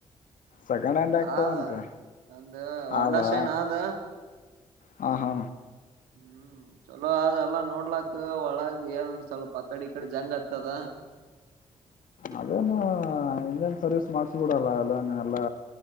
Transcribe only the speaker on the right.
ಆದ ಒಂದು ಹೊಂಡಾ
ಶೈನ್ ಆದ
ಹ್ಮ್ ಚಲೋ ಅಲ್ಲ ನೋಡ್ಲಾಕ್ ಒಳಗ ಏನಂದ ಸ್ವಲ್ಪ ಅ ಕಡೆ ಈ ಕಡೆ ಜಂಗ್ ಆಗ್ತದ